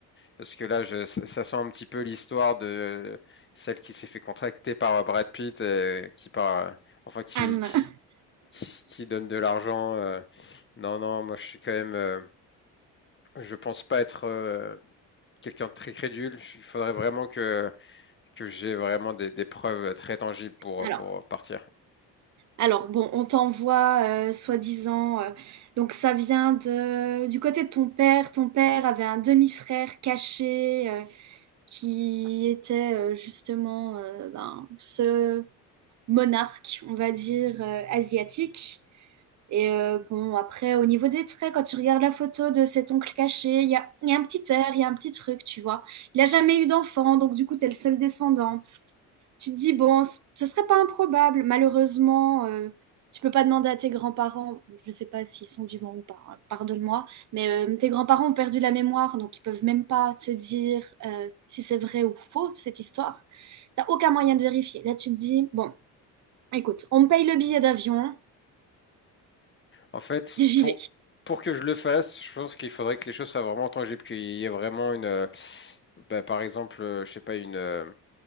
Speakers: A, on the left; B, on the right.
A: parce que là, je, ça ça sent un petit peu l'histoire de celle qui s'est fait contracter par Brad Pitt et qui par, enfin, qui
B: Anne.
A: qui,
B: <laughs>
A: qui- qui donne de l'argent. euh. Non, non, moi, je suis quand même, euh, je pense pas être euh, quelqu'un de très crédule. Il faudrait vraiment que que j'ai vraiment des, des preuves très tangibles pour
B: Alors.
A: pour partir.
B: Alors bon, on t'envoie euh, soi-disant. euh, donc ça vient de du côté de ton père. Ton père avait un demi-frère caché euh, qui était euh, justement euh, ben, ce monarque, on va dire euh, asiatique. Et euh, bon, après au niveau des traits, quand tu regardes la photo de cet oncle caché, il y a, il y a un petit air, il y a un petit truc, tu vois. Il a jamais eu d'enfant, donc du coup t'es le seul descendant tu te dis, bon, c- ce serait pas improbable. Malheureusement, euh, tu peux pas demander à tes grands-parents, je ne sais pas s'ils sont vivants ou pas, hein, pardonne-moi, mais euh, tes grands-parents ont perdu la mémoire, donc ils peuvent même pas te dire euh, si c'est vrai ou faux, cette histoire. T'as aucun moyen de vérifier. Là, tu te dis, bon, écoute, on me paye le billet d'avion,
A: En fait,
B: j'y
A: pour,
B: vais.
A: pour que je le fasse, je pense qu'il faudrait que les choses soient vraiment tangibles, qu'il y ait vraiment une, euh, bah, par exemple, euh, je sais pas, une, euh,